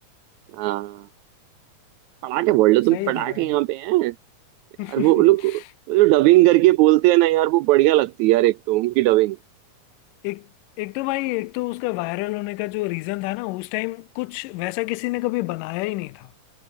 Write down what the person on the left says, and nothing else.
सही
थे भाई
<laughs>
एक एक तो भाई एक तो उसका वायरल होने का जो रीजन था ना उस टाइम कुछ वैसा किसी ने कभी बनाया ही नहीं था